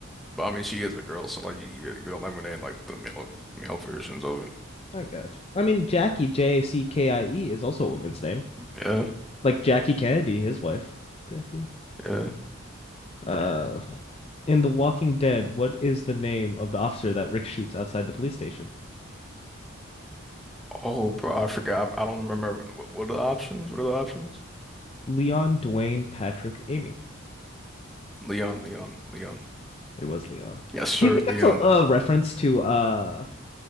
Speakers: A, in the centre; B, on the left.
A: But I mean, she is a girl, so like you you you eliminate like the male male versions of it.
B: <laughs> I got you. I mean, Jackie, J A C K I E, is also a woman's name.
A: Yeah,
B: Like Jackie Kennedy, his wife. Jackie.
A: yeah.
B: Uh, in The Walking Dead, what is the name of the officer that Rick shoots outside the police station?
A: Oh, bro, I forgot. I don't remember. What, what are the options? What are the options?
B: Leon, Dwayne, Patrick, Amy.
A: Leon, Leon, Leon.
B: It was Leon.
A: Yes, sir,
B: Do you think that's
A: Leon.
B: a, a reference to uh